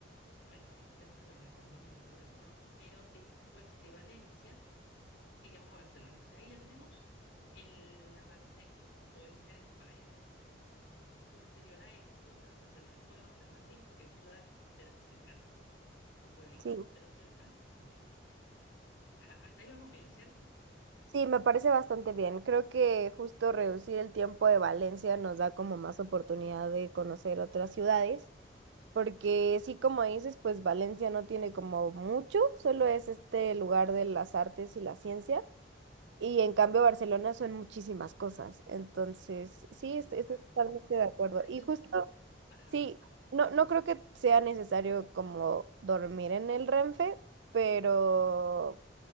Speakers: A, on the left; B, on the right.
A: Bueno, después vemos lo de la comida y todo eso, pero después de Valencia iríamos a Barcelona. Entonces ahí ya tenemos el- la parte oeste de España. Posterior a esto, bueno, en Barcelona sí podemos estar más días porque hay ciudades costeras cercanas, como pueblitos
B: sí.
A: costeros cercanos también. Ajá, hasta ahí vamos bien, ¿cierto?
B: Sí, me parece bastante bien. Creo que justo reducir el tiempo de Valencia nos da como más oportunidad de conocer otras ciudades. Porque sí, como dices, pues Valencia no tiene como mucho, solo es este lugar de las artes y la ciencia. Y en cambio Barcelona son muchísimas cosas. Entonces, sí,
A: Exacto.
B: est- estoy, totalmente de acuerdo.
A: Entonces,
B: Y justo,
A: ajá.
B: sí, no, no creo que sea necesario como dormir en el Renfe, pero